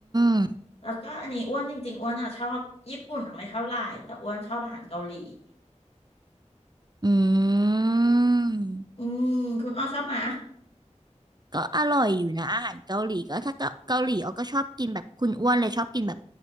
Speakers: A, on the right; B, on the left.
A: ม
B: แล้วก็อันนี้อ้วนจริงๆอ้วนอ่ะชอบญี่ปุ่นอ่ะไม่เท่าไหร่แต่อ้วนชอบอาหารเกาหลี
A: อืม
B: อืมคุณอ้อชอบไหม
A: ก็อร่อยอยู่นะอาหารเกาหลีก็ถ้าเกาเกาหลีอ้อก็ชอบกินแบบคุณอ้วนเลยชอบกินแบบ